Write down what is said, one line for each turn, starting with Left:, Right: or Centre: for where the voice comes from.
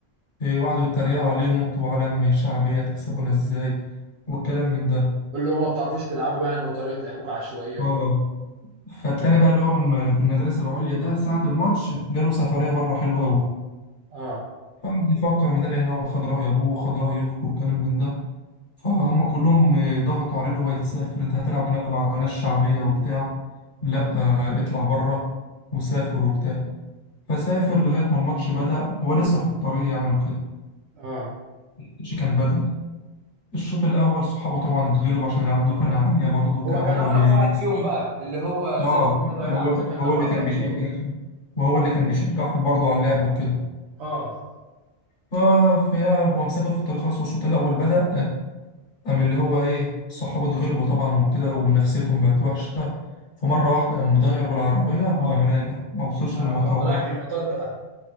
Left: إيه، وقعدوا يتريقوا عليهم انتوا علم شعبية هتكسبونا ازاي والكلام من ده
Right: اللي هو ما بتعرفوش تلعبوا يعني وطريقه لعبكم عشوائيه وكده
Left: اه فالتاني بقى اللي هو الم- في المدرسة العليا ده ساعة الماتش جاله سفرية بره حلوة أوي
Right: اه
Left: فقعد يفكر من هنا هنا وخد رأي أبوه وخد رأي أخته والكلام من ده فهم كلهم آه، ضغطوا عليه اللي هو يسافر أنت هتلعب هنا مع ناس شعبية وبتاع لأ آه، اطلع بره وسافر وبتاع فسافر لغاية ما الماتش بدأ هو لسه في الطريق يعني وكده
Right: اه
Left: الماتش كان بدأ الشوط الأول صحابه طبعا اتغلبوا عشان العدو كان عالية برضه كان
Right: هو كان
Left: عالية
Right: احرف
Left: وبي...
Right: واحد فيهم بقى اللي هو
Left: اه
Right: سافر بره يلعب
Left: وهو
Right: ده كان
Left: هو
Right: احرف
Left: اللي كان
Right: واحد
Left: بيشجعهم
Right: فيهم
Left: وهو اللي كان بيشجعهم برضه على اللعب وكده
Right: اه
Left: ففي هو مسافر في الطريق خلاص والشوط الأول بدأ قام اللي هو إيه صحابه اتغلبوا طبعا وكده ونفسيتهم بقت وحشة فمرة واحدة قام مدير بالعربية وقام راجع ما وصلش
Right: يعني
Left: المطار
Right: كان رايح المطار بقى